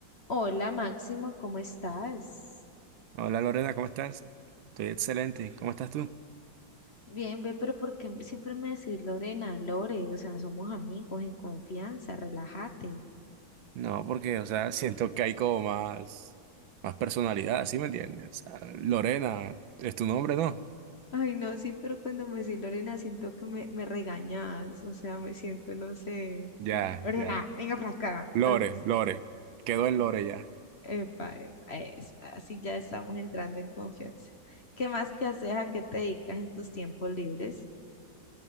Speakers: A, on the left (about 40°); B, on the right (about 85°).
A: Hola Máximo, ¿cómo estás?
B: Hola Lorena, ¿cómo estás? Estoy excelente. ¿Cómo estás tú?
A: Bien, ve, pero ¿por qué siempre me decís Lorena, Lore? O sea, somos amigos en confianza, relájate.
B: No, porque, o sea, siento que hay como más, más personalidad, ¿sí me entiendes? O sea, Lorena, ¿es tu nombre, no?
A: Ay, no, sí, pero cuando me decís Lorena siento que me, me regañas, o sea, me siento, no sé,
B: Ya,
A: como que, Lorena,
B: ya.
A: venga para acá,
B: Lore,
A: algo así.
B: Lore. Quedó en
A: Ep-
B: Lore ya.
A: Epa, epa, eso, así ya estamos entrando en confianza. ¿Qué más que haces? ¿A qué te dedicas en tus tiempos libres?